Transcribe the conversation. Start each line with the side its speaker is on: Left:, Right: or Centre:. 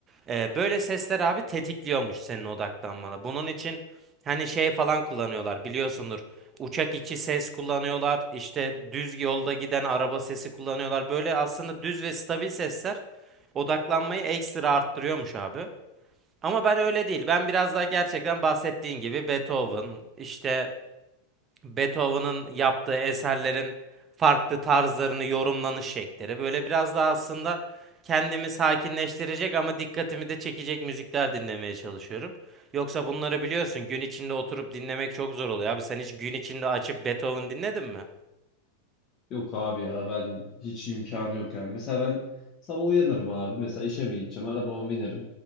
Right: Ee, böyle sesler abi tetikliyormuş senin odaklanmana. Bunun için hani şey falan kullanıyorlar biliyorsundur. Uçak içi ses kullanıyorlar. işte düz yolda giden araba sesi kullanıyorlar. Böyle aslında düz ve stabil sesler odaklanmayı ekstra arttırıyormuş abi. Ama ben öyle değil. Ben biraz daha gerçekten bahsettiğin gibi Beethoven, işte Beethoven'ın yaptığı eserlerin farklı tarzlarını yorumlanış şekilleri. Böyle biraz daha aslında kendimi sakinleştirecek ama dikkatimi de çekecek müzikler dinlemeye çalışıyorum. Yoksa bunları biliyorsun gün içinde oturup dinlemek çok zor oluyor. Abi sen hiç gün içinde açıp Beethoven dinledin mi?
Left: Yok abi ya ben hiç imkanı yok yani. Mesela ben sabah uyanırım abi. Mesela işe mi gideceğim? Arabama binerim.